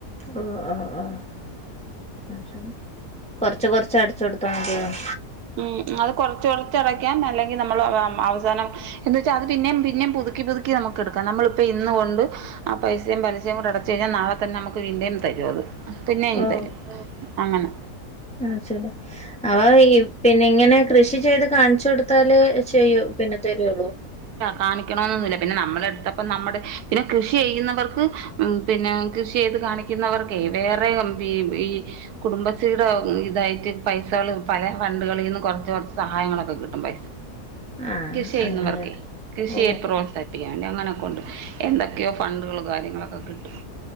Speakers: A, in the centre; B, on the right.
A: ആഹ് ആഹ് ആഹ് <inaudible> കൊർച്ച് കൊർച്ച് അട്ച്ച് കൊട്ത്താ മതിയാവും
B: ഉം അഹ് കൊർച്ച് കൊർച്ച് അടക്കാം അല്ലെങ്കി നമ്മെൾ വാം അവസാനം എന്ന് വെച്ചാ അത് പിന്നെം പിന്നെം പുതുക്കി പുതുക്കി നമ്മെക്ക് എട്ക്കാം നമ്മെൾ ഇപ്പം ഇന്ന് കൊണ്ട് ആ പൈസയും പലിശയും കൂടെ അടച്ച് കഴിഞാൽ നാളെ തന്നെ നമക്ക് വീണ്ടും തരും അത് പിന്നെയും
A: ഓ
B: തരും അങ്ങനെ
A: ആ ശരി അത് ഈ പിന്നെ ഇങ്ങനെ കൃഷി ചെയ്ത് കാണിച്ചു കൊടുത്താല് ചെയ്യൂ പിന്നെ തരുള്ളൂ
B: കാണിക്കണന്നൊന്നുമില്ല പിന്നെ നമ്മള് എടുത്തപ്പ നമ്മുടെ പിന്നെ കൃഷി ചെയ്യുന്നവർക്ക് ഉം പിന്നെ കൃഷി ചെയ്ത് കാണിക്കുന്നവർ ക്കെ വേറെ ഉം ഈ ഈ കുടുംബശ്രീടെ ഇതായിട്ട് പൈസ പൈസകൾ പല ഫണ്ടുകളിൽ നിന്ന് കുറച്ച് കുറച്ച് സഹായങ്ങളൊക്കെ കിട്ടും പൈസ
A: ആ
B: കൃഷി ചെയ്യുന്നവർക്കെ
A: അങ്ങനെയാണ്
B: കൃഷിയെ
A: ഓ
B: പ്രോത്സാഹിപ്പിക്കാൻ വേണ്ടി അങ്ങനെയൊക്കെ ഉണ്ട് എന്തൊക്കെയോ ഫണ്ടുകളും കാര്യങ്ങളൊക്കെ കിട്ടും